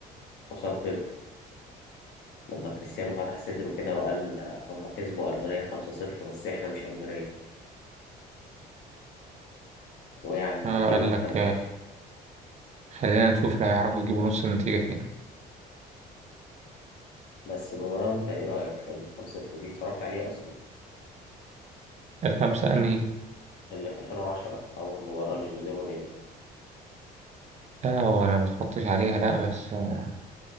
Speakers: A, on the left; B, on the right.
A: قصاد بيب لما كريستيانو فتح صدره كده وقال آه، هم كسبوا ألمانيا 5-0 بس إحنا مش ألمانيا ويعني النتيجة
B: اه قال
A: ما اختلفتش
B: لك خلينا نشوف لو يعرفوا يجيبوا نص النتيجة فينا
A: بس المباراة أنت إيه رأيك في ال 5-0 دي اتفرجت عليه أصلا
B: الخمسة أنهي
A: اللي في 2010 أول مباراة لجوزيه مورينيو
B: لا هو أنا متفرجتش عليها لأ بس آه،